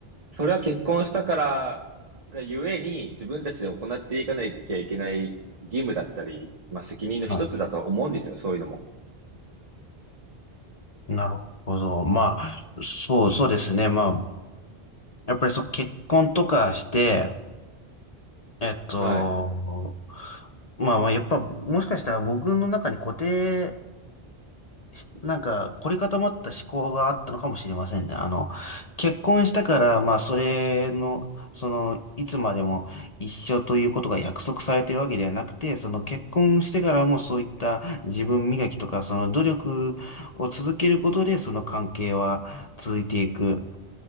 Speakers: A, on the right; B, on the left.
A: それは結婚したからがゆえに自分たちで行っていかなきゃいけない義務だったり、まあ責任の一つだと思うんですよ、
B: あ。はい。
A: そういうのも。
B: なるほど。まあ、そう、そうですね。まあ、やっぱりそう、結婚とかして、えっと、
A: はい。
B: まあまあ、やっぱ、もしかしたら僕の中に固定し、なんか、凝り固まった思考があったのかもしれませんね。あの、結婚したから、まあ、それの、その、いつまでも一緒ということが約束されてるわけではなくて、その結婚してからもそういった自分磨きとか、その努力を続けることで、その関係は続いていく